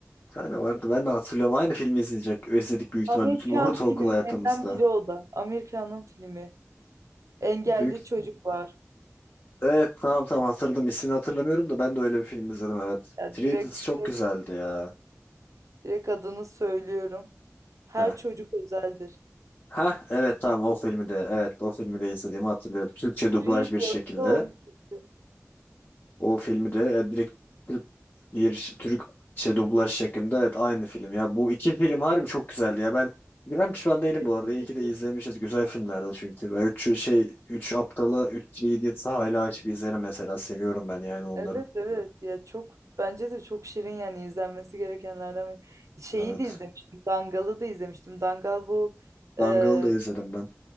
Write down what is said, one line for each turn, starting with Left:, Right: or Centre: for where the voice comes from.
Left: Bir Tane vardı. Ben de hatırlıyorum. Aynı filmi izleyecek. Özledik büyük ihtimal
Right: Amerikan
Left: bütün ortaokul
Right: filmlerinden
Left: hayatımızda.
Right: biri o da. Amerikan'ın filmi. Engelli
Left: Büyük...
Right: çocuk var.
Left: Evet tamam tamam hatırladım. İsmini hatırlamıyorum da ben de öyle bir film izledim evet.
Right: Ya
Left: Three
Right: direkt
Left: Idiots çok
Right: direkt
Left: güzeldi ya.
Right: direkt adını söylüyorum. Her
Left: Heh.
Right: çocuk özeldir.
Left: Heh evet tamam o filmi de evet o filmi de izlediğimi hatırlıyorum. Türkçe dublaj
Right: Free
Left: bir
Right: diyorsa
Left: şekilde.
Right: o ikisi.
Left: O filmi de e, direkt Türk bir Türk şey dublaj şeklinde evet aynı film ya. Bu iki film harbi çok güzeldi ya. Ben ben pişman değilim
Right: Kesinlikle.
Left: bu arada. İyi ki de izlemişiz. Güzel filmlerdi çünkü. Ben üç şey üç aptalı 3 Idiots'ı hala açıp izlerim mesela. Seviyorum ben yani onları.
Right: Evet evet ya çok bence de çok şirin yani izlenmesi gerekenlerden biri. Şeyi
Left: Evet.
Right: de izlemiştim Dangal'ı da izlemiştim. Dangal bu
Left: Dangal'ı
Right: e,
Left: da izledim ben.